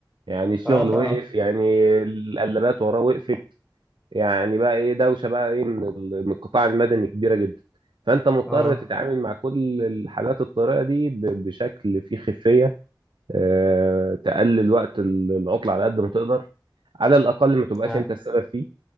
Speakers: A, on the right; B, in the centre.
A: يعني الشغل
B: اه طبعا
A: وقف يعني القلابات وراه وقفت يعني بقى ايه دوشة بقى ايه من ال- من القطاع المدني كبيرة جدا فانت مضطر
B: اه
A: تتعامل مع كل الحالات الطارئة دي ب- بشكل فيه خفية آه، تقلل وقت ال- العطلة على قد ما تقدر على الاقل ما تبقاش
B: تمام
A: انت السبب فيه